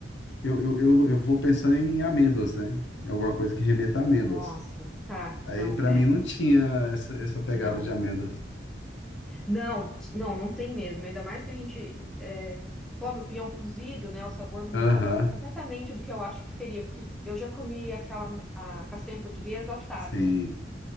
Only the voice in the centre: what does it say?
Nossa, tá,
não,
é.
Não,
não, não, não tem mesmo. Ainda mais que a gente é, come o pinhão cozido, né? O sabor muda
completamente do que eu acho que seria, porque eu já comi aquela a castanha portuguesa assada.